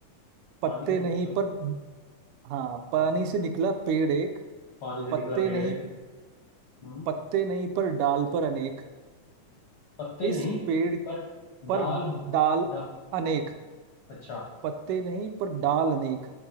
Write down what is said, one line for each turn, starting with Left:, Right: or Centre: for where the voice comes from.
Right: पत्ते
Left: पानी से
Right: नहीं
Left: निकला पेड़
Right: पर
Left: है।
Right: हाँ पानी
Left: हाँ हाँ,
Right: से निकला पेड़ एक
Left: पानी से
Right: पत्ते
Left: निकला पेड़
Right: नहीं
Left: एक हम्म
Right: पत्ते नहीं पर डाल पर अनेक
Left: पत्ते
Right: इस
Left: नहीं
Right: पेड़
Left: पर
Right: पर
Left: डाल
Right: डाल
Left: डा,
Right: अनेक
Left: अच्छा
Right: पत्ते नहीं पर डाल अनेक